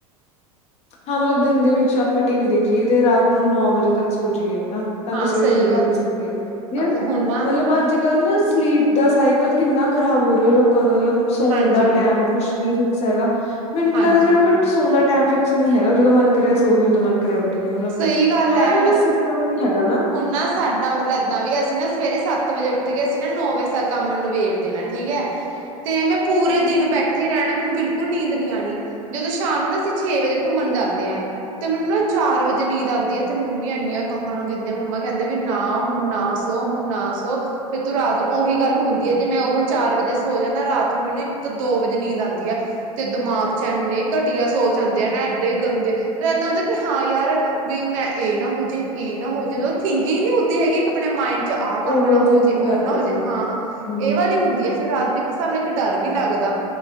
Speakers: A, on the left; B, on the right.
A: ਹਾਂ ਮਤਲਬ ਦਿਨ ਦੇ ਵਿੱਚ ਆਪਾਂ ਟੀ ਵੀ ਦੇਖ ਲਈਏ ਤੇ ਰਾਤ ਨੂੰ ਨੌ ਵਜੇ ਤੱਕ ਸੋ ਜੀਏ ਹੈਨਾ। ਤਾਂ
B: ਹਾਂ
A: ਕਿ ਸਵੇਰੇ
B: ਸਹੀ
A: ਜਲਦੀ
B: ਗੱਲ
A: ਉੱਠ ਸਕੀਏ
B: ਹੈ
A: ਯਾਰ
B: ਹੁਣ ਨਾ
A: ਮਤਲਬ ਆੱਜ-ਕੱਲ੍ਹ ਨਾ ਸਲੀਪ ਦਾ ਸਾਈਕਲ ਕਿੰਨਾ ਖ਼ਰਾਬ ਹੋ ਰਿਆ ਲੋਕਾਂ ਦਾ ਮਤਲਬ ਸੋਨ
B: ਹਾਂਜੀ
A: ਦਾ ਟੈਮ ਕੁਛ ਵੀ ਫਿਕਸ ਹੈਗਾ। ਮੈਨੂੰ ਤੇ
B: ਹਾਂਜੀ
A: ਲਗਦਾ ਮੇਰਾ ਕੋਈ ਸੋਨ ਦਾ ਟੈਮ ਫਿਕਸ ਨੀ ਹੈਗਾ ਜਦੋਂ ਮਨ ਕਰਿਆ ਸੋਗੀ ਉਦੋਂ ਮਨ ਕਰਿਆ ਗਈ ਮਤਲਬ
B: ਸਈ ਗੱਲ
A: ਥੋੜਾ
B: ਐ
A: ਜਿਹਾ
B: ਮੈਂ
A: ਸਿਸਟਮ ਨੀ ਹੈਗਾ
B: ਹੁਨ ਨਾ ਸਾਡਾ ਮਤਲਬ ਏਦਾਂ ਵੀ ਅਸੀਂ ਨਾ ਸਵੇਰੇ ਸੱਤ ਵਜੇ ਉੱਠ ਕੇ ਅਸੀਂ ਨਾ ਨੌ ਵਜੇ ਤਕ ਕੰਮ ਨਵੇਰ ਦੇਨਾ ਠੀਕ ਐ। ਤੇ ਮੈਂ ਪੂਰੇ ਦਿਨ ਬੈਠੇ ਰੈਨਾ ਮੈਨੂੰ ਬਿਲਕੁਲ ਨੀਂਦ ਨੀ ਆਨੀ। ਜਦੋਂ ਸ਼ਾਮ ਨੂੰ ਨਾ ਅਸੀਂ ਛੇ ਵਜੇ ਘੁੰਮਣ ਜਾਂਦੇ ਹਾਂ, ਤੇ ਮੈਨੂੰ ਨਾ ਚਾਰ ਵਜੇ ਜੇ ਨੀਂਦ ਆਂਦੀ ਏ ਤੇ ਮੰਮੀ ਇੰਨੀਆਂ ਗਾਲਾਂ ਦਿੰਦੇ ਆ। ਮੰਮਾ ਕਹਿੰਦੇ ਵੀ ਨਾ ਹੁਣ ਨਾ ਸੋ ਹੁਣ ਨਾ ਸੋ ਫਿਰ ਤੂੰ ਰਾਤ ਨੂੰ ਉਹੀ ਗੱਲ ਹੁੰਦੀ ਹੈ ਜੇ ਮੈਂ ਉਹ ਚਾਰ ਵਜੇ ਸੋ ਜਾ ਨਾ ਰਾਤ ਨੂੰ ਮੈਨੂੰ ਇੱਕ ਦੋ ਵਜੇ ਨੀਂਦ ਆਉਂਦੀ ਹੈ। ਤੇ ਦਿਮਾਗ ਚ ਇੰਨੇ ਘਟੀਆ ਸੋਚ ਆਂਦੇ ਆ ਨਾ, ਐਡੇ ਗੰਦੇ, ਫਿਰ ਏਦਾ ਹੁੰਦਾ ਕਿ ਹਾਂ ਯਾਰ ਵੀ ਮੈਂ ਏਹ ਨਾ ਹੋਜੇ, ਇਹ ਨਾ ਹੋ ਜਵੇ। ਓਹ ਥਿੰਕਿੰਗ ਨੀ ਹੁੰਦੀ ਹੈਗੀ ਆਪਣੇ ਮਾਇੰਡ ਚ ਆਹ ਕੰਮ
A: ਓਵਰ
B: ਨਾ ਹੋ
A: ਥਿੰਕਿੰਗ
B: ਜੇ, ਓਹ
A: ਕਰ
B: ਨਾ
A: ਲੈਂਦੇ
B: ਹੋ ਜੇ।
A: ਹਾਂ ਹਮ
B: ਹਾਂ-ਹਾਂ ਏਹ ਵਾਲੀ ਹੁੰਦੀ ਹੈ ਫਿਰ ਰਾਤ ਨੂੰ ਇੱਕ ਸਾਨੂੰ ਇੱਕ ਡਰ ਵੀ ਲੱਗਦਾ